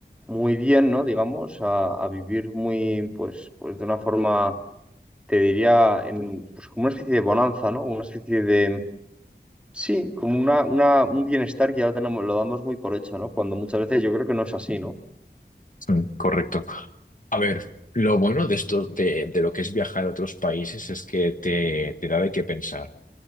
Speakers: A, in the centre; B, on the left.
A: muy bien, ¿no? Digamos, a, a vivir muy, pues, pues de una forma, te diría, en, pues como una especie de bonanza, ¿no? Una especie de, sí, como una, una, un bienestar que ya tenemos, lo damos muy por hecho, ¿no? Cuando muchas veces yo creo que no es así, ¿no
B: mm, correcto. A ver, lo bueno de esto, de, de lo que es viajar a otros países es que te, te da de qué pensar.